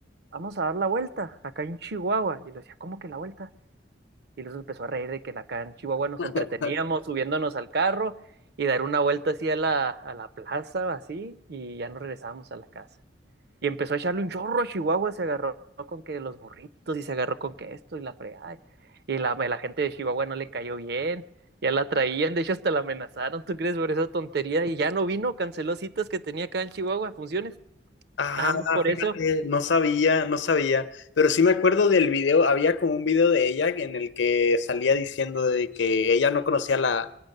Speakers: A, on the right; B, on the left.
A: vamos a dar la vuelta acá en Chihuahua. Y le decía, ¿cómo que la vuelta? Y los empezó a reír de que acá en Chihuahua nos
B: <laughs>
A: entreteníamos subiéndonos al carro y dar una vuelta así a la, a la plaza, así, y ya nos regresábamos a la casa. Y empezó a echarle un chorro a Chihuahua, se agarró con que los burritos y se agarró con que esto y la fregada. Y la, la gente de Chihuahua no le cayó bien, ya la traían, de hecho hasta la amenazaron, ¿tú crees por esa tontería? Y ya no vino, canceló citas que tenía acá en Chihuahua, funciones,
B: Ah,
A: nada más por
B: fíjate,
A: eso.
B: no sabía, no sabía, pero sí me acuerdo del video, había como un video de ella en el que salía diciendo de que ella no conocía la,